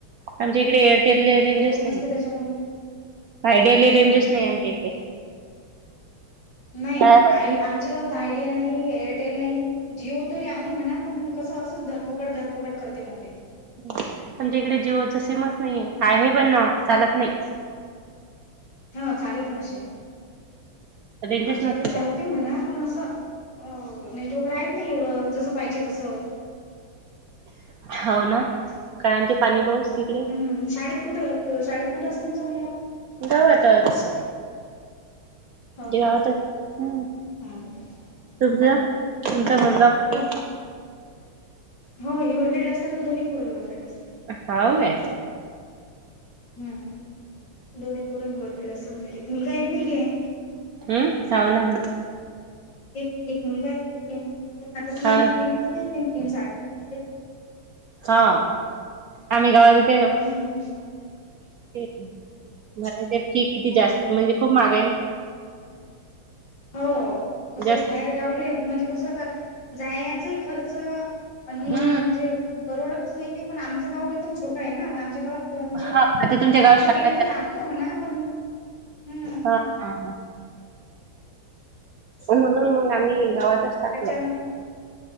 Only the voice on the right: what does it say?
आमच्या इकडे
रेंजस
न
आयडियाला रेंजस
नाही आमच्या इकडे
काय बाकी
आमच्या इकडे जिओच सीमच नाहीे का आहे पण चालत नाही.
रेंजच
नसते.
हो ना काय आणते पाणी पाऊस तिकडे.
गावातच
गावातच
हम्.
तुमच्या
तुमच
मुलगा मुलगी..
हाव वाय.
हम्म हाव ना हल.
हाव
हा. आम्ही गावाात
<unintelligible> ते फी किती जास्त म्हणजे खूप महाग आहे ना.
जास्त
हम्म
हा
आता तुमच्या गावात शाळा
हा हा म्हणून मग आम्ही गावात.. इतच टाकलं.